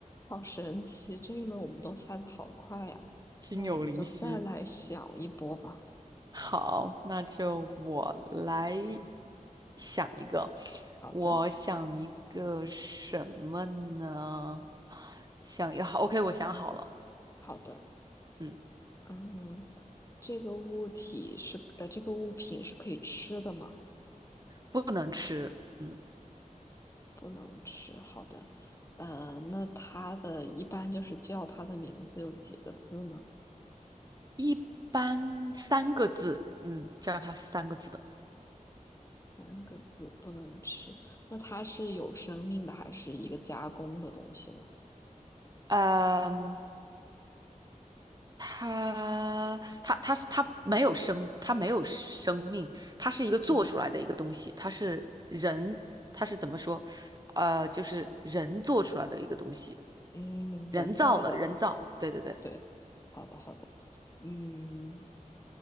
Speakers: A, on the left; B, on the right.
A: 好神奇！这一轮我们都猜的好快呀，
B: 心有灵犀。
A: 那我们就再来想一波吧。
B: 好，那就我来想一个，
A: 好的，
B: 我想一个什么呢？想要，OK，我想好了，
A: 好的。
B: 嗯，
A: 嗯，这个物体是，呃，这个物品是可以吃的吗？
B: 不能吃，嗯，
A: 不能吃，好的，呃，那它的一般就是叫它的名字有几个字呢？
B: 一般三个字，嗯，叫它三个字的，
A: 三个字，不能吃。那它是有生命的，还是一个加工的东西呢？
B: 呃它它它是它没有生，它没有生命，它是一个做出来的一个东西，
A: 嗯
B: 它是人，它是怎么说？呃，就是人做出来的一个东西，
A: 嗯，人造的，
B: 人造的，人造，对对对。
A: 对，好的好的，嗯，